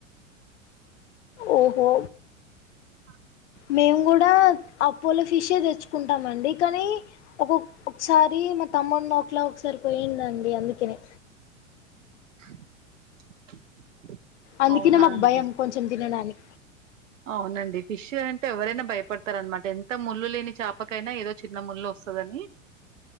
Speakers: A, on the left; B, on the right.
A: ఓహో
B: అవున
A: మేము కూడా అపోలో ఫిషె తెచ్చుకుంటామ అండి కానీ ఒకొ ఒకసారి మా తమ్మను నోట్లా ఒకసారిపోయిందండి అందుకనే
B: <inaudible>
A: అందుకనే
B: అవునా
A: మాకు
B: అండి
A: భయం కొంచెం తినడానికి
B: అవునండి ఫిష్ అంటే ఎవరైనా భయపడుత తారు అనమాట ఎంత ముళ్ళు లేని చేపకైనా ఏదో చిన్న ముళ్ళు వస్తదని